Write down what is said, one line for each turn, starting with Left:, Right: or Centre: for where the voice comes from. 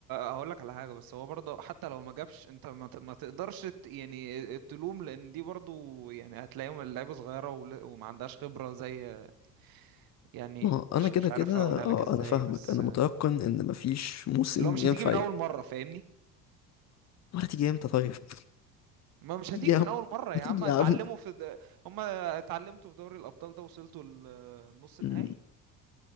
Right: هقول لك على حاجه بس هو برضه حتى لو ما جابش انت ما, ت- ما تقدرش ت- يعني تلوم لان دي برضه يعني هتلاقيهم اللعيبه صغيره ول- وما عندهاش خبره زي يعني
Left: ما هو
Right: مش
Left: انا كده
Right: مش
Left: كده
Right: عارف اقولها
Left: اه
Right: لك ازاي
Left: انا فاهمك
Right: بس
Left: انا متيقن ان ما فيش موسم
Right: لو مش
Left: ينفع
Right: هتيجي من
Left: ي-
Right: اول مره فاهمني
Left: ولا تيجي امتى طيب <laughs>
Right: ما مش
Left: تيجي
Right: هتيجي
Left: يا عم
Right: من اول مره
Left: بتيجي
Right: يا عم
Left: يا
Right: اتعلموا
Left: عم
Right: في د... هم اتعلمتوا في دوري الابطال ده وصلتوا النص النهائي
Left: أمم،